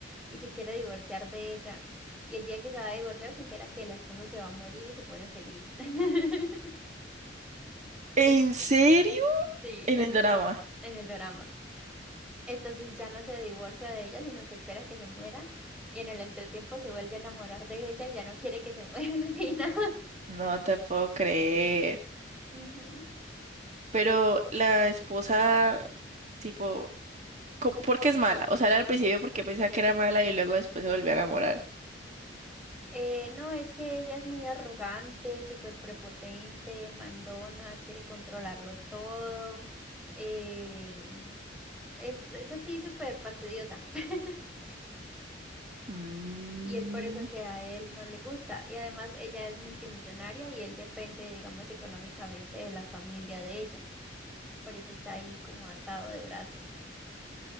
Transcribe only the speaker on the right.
¿En
serio?
En
el drama.
No te puedo creer.
Pero la esposa, tipo, co- ¿por qué es mala? O sea, era al principio porque pensaba que era mala y luego después se volvió a enamorar.
Mm,